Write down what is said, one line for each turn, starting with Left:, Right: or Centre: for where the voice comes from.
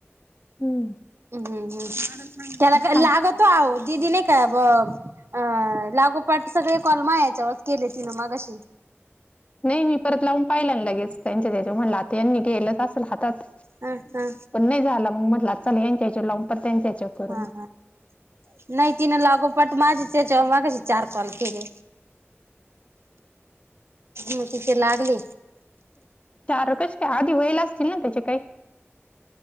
Left: हम्म
Right: हम्म हम्म त्याला का लागत
Left: हाय
Right: तो आ दीदीने काय अ अ लागोपाठ सगळे कॉलमा याच्यावर केले तिन मग अशी
Left: नाही मी परत लावून पाहिला लगेच त्यांच्या त्याच्या म्हणला ते यांनी गेलंच असल हातात
Right: ह ह
Left: पण नाही झाला मग म्हटलं चल यांच्या यायच्या लंपर त्यांच्या याच्यावर करू
Right: हा
Left: मग
Right: हा नाही तिनं लागोपट माझ त्याच्यावर मागेशी चार कॉल केले
Left: <inaudible>
Right: म तिथ लागली
Left: चार कश काय आधी वयल असतील ना त्याचे काही